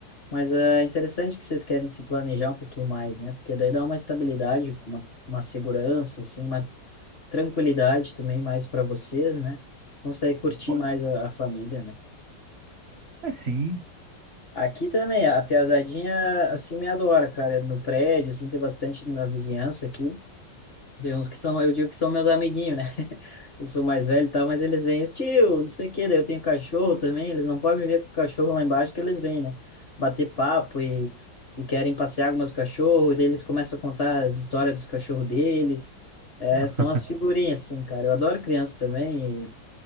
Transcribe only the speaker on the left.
Mas ah, é interessante que vocês querem se planejar um pouquinho mais, né? Porque daí dá uma estabilidade, uma, uma segurança, assim, uma tranquilidade também mais para vocês, né? Consegue curtir
mais a, a família, né?
Aqui também, a piazadinha, assim, me adora, cara. É No prédio, assim, tem bastante na vizinhança aqui. Tem uns que são, eu digo que são meus amiguinhos, né? eu sou mais velho e tal, mas eles vêm, tio, não sei o quê, daí eu tenho cachorro também, eles não podem me ver com o cachorro lá embaixo que eles vêm, né? Bater papo e, e querem passear com meus cachorros, e daí eles começam a contar as histórias dos cachorros deles. É,
são as figurinhas, assim, cara. Eu adoro criança também